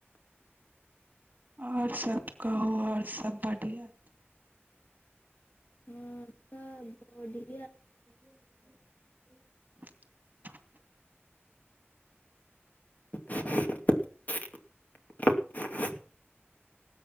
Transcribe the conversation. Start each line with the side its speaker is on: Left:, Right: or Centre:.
Right: आओर सब कहू आओर सब बढ़िआँ
Left: हँ त ब
Right: <unintelligible>
Left: <unintelligible>
Right: <unintelligible>
Left: <unintelligible>